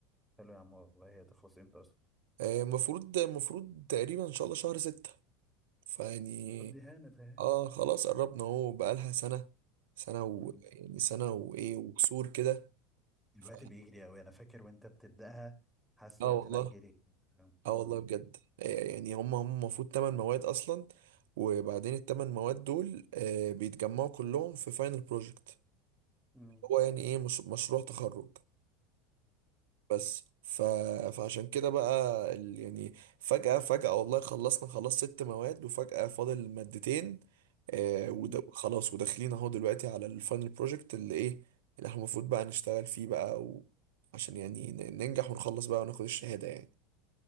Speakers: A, in the centre; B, on the right (about 70°).
A: حلو يا عم والله هي تخلص امتى اصلا؟
B: آه، المفروض المفروض تقريبا ان شاء الله شهر ستة فيعني
A: طب دي هانت اهي
B: اه خلاص قربنا اهو بقالها سنة سنة و
A: م.
B: يعني سنة وايه وكسور كده
A: الوقت
B: ف...
A: بيجري اوي انا فاكر وانت بتبدأها حاسس
B: اه
A: وقت
B: والله
A: لا جري م-
B: اه
A: م-
B: والله بجد آه يعني هم هم المفروض تمن مواد اصلا وبعدين التمن مواد دول آه بيتجمعوا كلهم في فاينل بروجكت
A: م-
B: هو يعني ايه مش... مشروع تخرج بس ف... فعشان كده بقى ال... يعني فجأة فجأة والله خلصنا خلاص ست مواد وفجأة فاضل مادتين آه وده
A: م.
B: خلاص وداخلين اهو دلوقتي على الفاينل بروجكت اللي ايه اللي احنا المفروض بقى نشتغل فيه بقى و... عشان يعني ن- ننجح ونخلص بقى وناخد الشهادة يعني